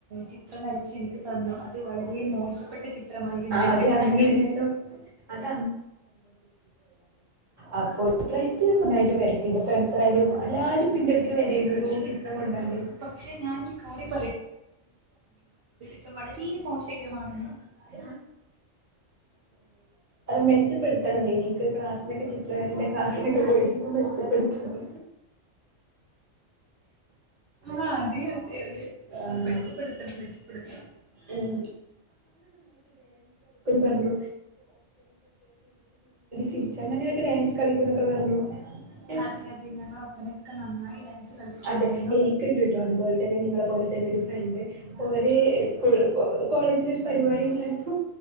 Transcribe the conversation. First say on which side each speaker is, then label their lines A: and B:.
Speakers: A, on the right; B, on the right.
A: ചിത്രം വര ച്ച് എനിക്ക് തന്നു അത് വളരെ മോശപ്പെട്ട ചിത്രമായിരുന്നു
B: ആ
A: എന്നിട്ട്
B: അത് അന്നൊരീസം
A: താങ്കളെ ഞാൻ
B: അത് അപ്പോ <unintelligible> നന്നായിട്ട് വരക്കും ട്ടോ ഫ്രണ്ട്സ് ആയാലും എല്ലാരും ഇപ്പോ എന്റെ അടുത്തേക്ക് വരണ്ട്
A: പക്ഷെ
B: ഒരു ചിത്രം കൊണ്ടാണ്ട്
A: പ- പക്ഷെ ഞാനൊരു കാര്യം ത്രം വളരെ മോശകരമാണ്
B: <unintelligible> മെച്ചപ്പെടുത്തണം ന്നെ നിക്ക് ക്ലാസിനൊക്കെ ചി ത്രം വരൻ്റെ ക്ലാസ്സിനൊക്കെ പോയിട്ടിപ്പം മെച്ചപ്പെടുത്തണം
A: ആ അതെയോ അതെ അതെ
B: ആഹ്
A: മെച്ചപ്പെടുത്തണം മെച്ചപ്പെടുത്തണം
B: ഉം ർഞ്ഞു ചിരിച്ചാണ്ട് അങ്ങനെയൊക്കെ ഡാൻസ് കളിക്കുന്നൊക്കെ പറഞ്ഞു ഏഹ്
A: അതെ അതെ ഞങ്ങളൊപ്പനക്ക്‌ ഇക്ക നന്നായി ഡാൻസ് കളിച്ചിട്ടുണ്ടായിരുന്നു
B: അതെ എനിക്കിണ്ട്ട്ടോ അതുപോലെ തന്നെ നിങ്ങളെ പോലെ തന്നെ ഒരു ഫ്രണ്ട് പ്പൊവര്
A: ആ, അതെ
B: സ്കൂല് കോ കോളേജിൽ ഒരു പരിപാടിണ്ടായപ്പോ